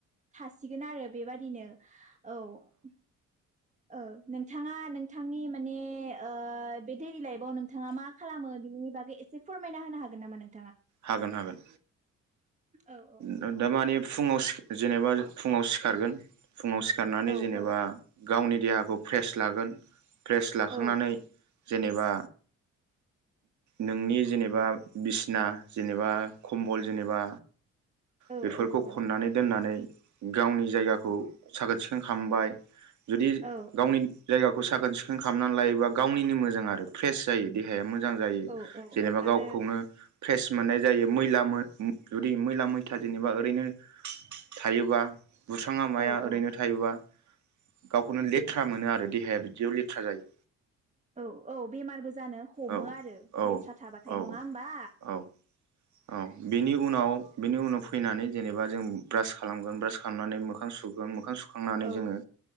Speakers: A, on the right; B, on the right.
A: थासिगोनआरो बेबादिनो। औ उम ओ नोंथाङा नोंथांनि माने ओ बे डेरि लाइफआव नोंथाङा मा खालामो बेनि बागै एसे फोरमायना होनो हागोन नामा नों
B: हागोन हागोन
A: औ औ
B: दा दामाने फुङाव सि जेनेबा फुङाव सिखारगोन फुङाव सिखारनानै
A: औ
B: जेनेबा
A: औ
B: गावनि देहाखौ फ्रेस लागोन फ्रेस लाखांनानै
A: औ
B: जेनेबा नो-नोंनि जेनेबा बिसिना जेनेबा खम्ब'ल जेनेबा
A: औ
B: बेफोरखौ
A: औ
B: खननानै दोननानै गावनि जायगाखौ साखोन सिखोन खामबाय जुदि
A: औ
B: गावनिनो जायगा खौ साखोन सिखोन खालामनानै लायोबा गावनिनो मोजां आरो फ्रेस जायो देहा या मो जां जायो
A: औ औ
B: जेनेबा
A: औ
B: गावखौनो
A: आरो
B: फ्रेस मोननाय जायो मैला मो उम जुदि मैला मैथा जेनेबा ओरैनो थायोबा बुस्राङा माया
A: औ औ
B: ओरैनो थायोबा गावखौनो लेथ्रा मोनो आरो देहाया बिदियाव लेथ्रा जायो।
A: औ औ बेमारबो जानो हमो
B: औ
A: आरो
B: औ
A: लेस्रा थाबाथाय
B: औ
A: नङा होमबा?
B: औ औ बेनि उनाव बेनि उनाव फैनानै जेनेबा जों ब्रास खालामगोन ब्रास खालामनानै मोखां सुगोन मोखां सु खांनानै
A: औ
B: जोङो